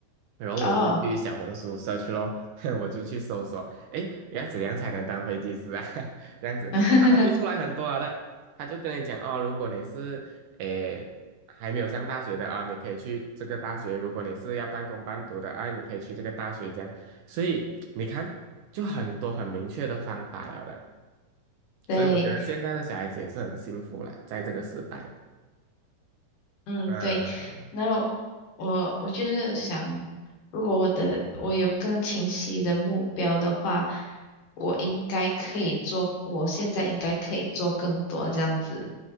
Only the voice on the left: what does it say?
哦。
<laughs>
对，
嗯，
对，那我我就是想，如果我的我有更清晰的目标的话，我应该可以做，我现在应该可以做更多这样子，